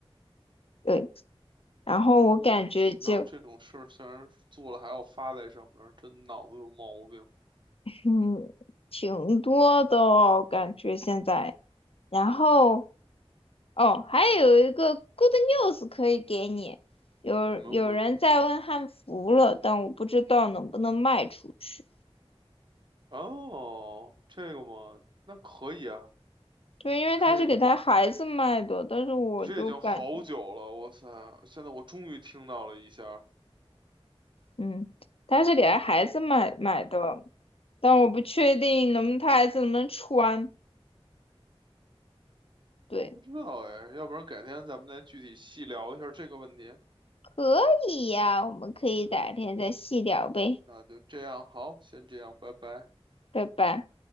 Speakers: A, on the left (about 65°); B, on the right (about 50°).
A: 对，然后我感觉就
B: 莫名其妙这种事儿，竟然做了还要发在上面儿，真脑子有毛病。
A: 嗯挺多的哦，感觉现在，然后哦，还有一个 good news 可以给你，有有人在问汉服了，
B: 什么故？
A: 但我不知道能不能卖出去。
B: 哦，这个嘛，那可以啊，
A: 对，因为他是给他孩子卖的，
B: 你可以，
A: 但是我就感觉，
B: 你这已经好久了，哇塞！现在我终于听到了一下儿
A: 嗯，他是给他孩子买买的，但我不确定能不能他孩子能不能穿。对，
B: 我不知道哎，要不然改天咱们再具体细聊一下儿这个问题。
A: 可以呀，我们可以改天再细聊呗，
B: 那就那就这样，好，先这样，拜拜。
A: 拜拜。